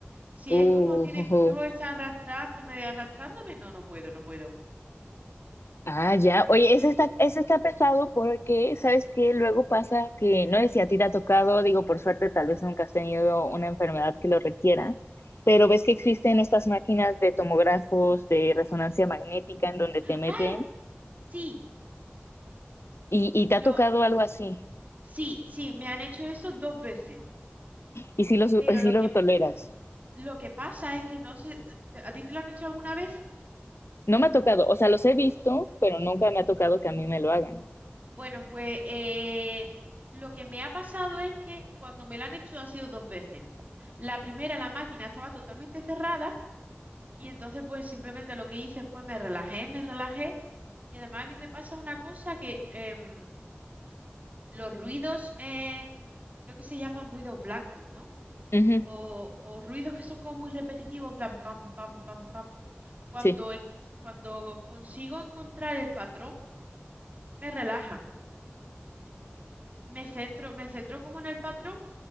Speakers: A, on the right (about 40°); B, on the left (about 75°).
A: Si
B: Uh,
A: es como tiene, tengo que estar arrastrándome, arrastrándome, no, no puedo, no puedo.
B: Ah, ya. Oye, ese está, ese está pesado porque, ¿sabes qué? Luego pasa que, no sé si a ti te ha tocado, digo, por suerte, tal vez nunca has tenido una enfermedad que lo requiera, pero ves que existen estas máquinas de tomógrafos de resonancia magnética en donde te meten
A: ¡Ay! Sí,
B: y, y te
A: lo,
B: ha tocado algo así
A: sí, sí, me han hecho eso dos veces,
B: y si lo, su-
A: pero
B: y sí
A: lo
B: lo
A: que,
B: toleras.
A: lo que pasa es que no sé, ¿a ti te lo han hecho alguna vez?
B: No me ha tocado, o sea, los he visto, pero nunca me ha tocado que a mí me lo hagan.
A: Bueno, pues eh, lo que me ha pasado es que cuando me lo han hecho ha sido dos veces. La primera, la máquina estaba totalmente cerrada y entonces pues simplemente lo que hice fue me relajé, me relajé y además a mí me pasa una cosa que em, los ruidos, eh, creo que se llaman ruidos blancos, ¿no?
B: Ujú,
A: O, o ruidos que son como muy repetitivos, en plan pam, pam, pam, pam. Cuando,
B: sí.
A: en- cuando consigo encontrar el patrón, me relajan, me centro, me centro como en el patrón